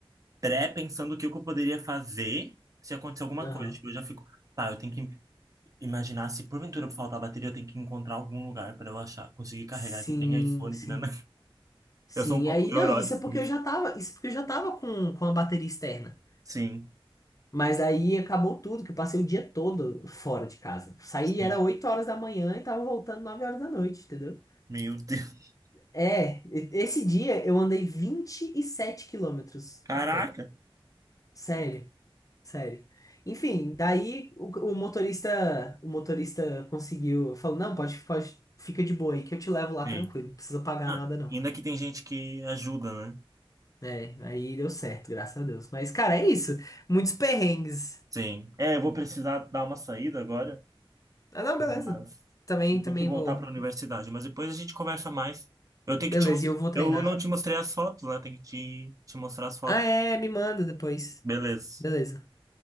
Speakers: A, on the right; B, on the left.
A: pré-pensando o que eu poderia fazer se acontecer alguma
B: Aham.
A: coisa. Tipo, eu já fico, tá, eu tenho que imaginar se porventura faltar bateria, eu tenho que encontrar algum lugar para eu achar, conseguir carregar
B: Sim,
A: que tem iPhone,
B: sim.
A: que não, <laughs>
B: Sim,
A: Eu sou um pouco
B: aí,
A: neurótico
B: não, isso é porque
A: com isso.
B: eu já tava, isso é porque eu já tava com, com a bateria externa.
A: Sim,
B: Mas aí acabou tudo, que eu passei o dia todo fora de casa. Saí,
A: sim.
B: era 8 horas da manhã e tava voltando 9 horas da noite, entendeu?
A: Meu Deus.
B: É, e- esse dia eu andei vinte e sete quilômetros
A: Caraca.
B: a pé. Sério, sério. Enfim, daí o, o motorista, o motorista conseguiu, falou, não, pode, pode, fica de boa aí que eu te levo lá
A: Sim.
B: tranquilo, não precisa pagar
A: Ah,
B: nada não.
A: ainda que tem gente que ajuda, né?
B: É, aí deu certo, graças a Deus. Mas, cara, é isso. Muitos perrengues.
A: Sim. É, eu vou precisar dar uma saída agora.
B: Ah, não, beleza.
A: Mas
B: Também,
A: eu
B: também
A: tenho que voltar
B: vou.
A: para a universidade. Mas depois a gente conversa mais. Eu
B: Beleza,
A: tenho que te mostrar.
B: e eu vou treinar.
A: Eu não te mostrei as fotos, né? Tenho que te, te mostrar as fotos.
B: Ah, é, me manda depois.
A: Beleza.
B: Beleza.